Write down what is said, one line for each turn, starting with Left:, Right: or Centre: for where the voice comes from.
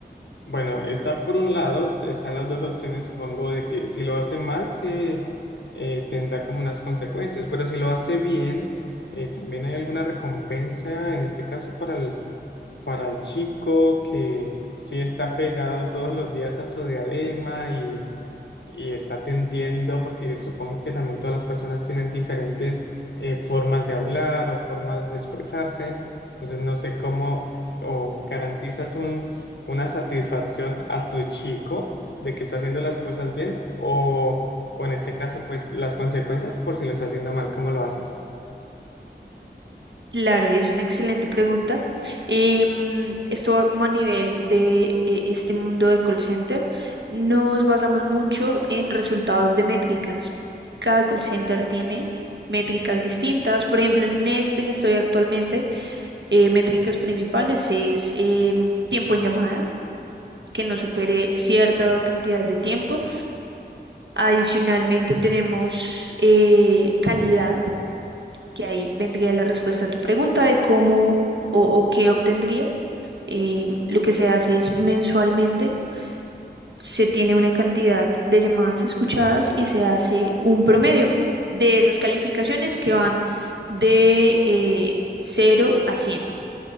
Left: bueno, está por un lado, están las dos opciones, supongo, de que si lo hace mal se eh, tendrá como unas consecuencias, pero si lo hace bien, eh, también hay alguna recompensa en este caso para el para el chico que sí está pegado todos los días a su diadema y, y está atendiendo, porque supongo que también todas las personas tienen diferentes eh, formas de hablar o formas de expresarse, entonces no sé cómo o garantizas un, una satisfacción a tu chico de que está haciendo las cosas bien o, o en este caso pues las consecuencias por si lo está haciendo mal, ¿cómo lo haces?
Right: Claro, es una excelente pregunta. Em, esto va como a nivel de eh, este mundo de call center. Nos basamos mucho en resultados de métricas. Cada call center tiene métricas distintas. Por ejemplo, en este que estoy actualmente, eh, métricas principales es em, tiempo en llamada, que no supere cierta cantidad de tiempo. Adicionalmente tenemos eh, calidad que ahí vendría la respuesta a tu pregunta de cómo o, o qué obtendría. Eh, lo que se hace es mensualmente, se tiene una cantidad de llamadas escuchadas y se hace un promedio de esas calificaciones que van de eh, 0 a cien